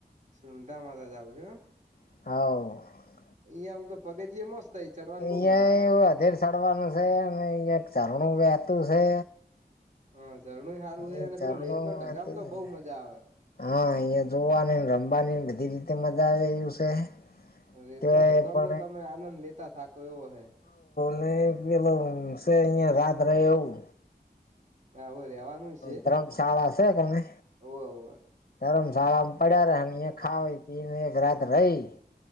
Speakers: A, on the right; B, on the left.
A: સુંડા મા જવું હમ
B: હ
A: અહંયા આમ તો પગથીએ મસ્ત થાય ચડવાની
B: અહિયાં
A: બહુ મજા આવે
B: એવું અધેર ચડવાનું છે અને અહિયાં ચરણું વતું છે
A: હ ઝરણું સારું હ
B: એ
A: અને
B: ઝરણું
A: પેલો રેત નો ઢગામ
B: વહેતું
A: તો
B: છે
A: બઉુ મજા આવે
B: હા અહિયાં જોવાની રમવાની બધી રીતે મજા આવે એ્યું છે
A: રેતનો
B: તે
A: ઢગમ
B: પણ હ
A: તો તમે આનંદ લેતા થાકો એવો હૈ
B: અને પેલો છે અહિયાં રાત ર એવું
A: હા હવે રેવાનું છે
B: ધર્મશાળા છે તને
A: ઓવે ઓવે
B: ધરમશા શાળામાં પડ્યા ર ખાવા પીને એક રાત રહી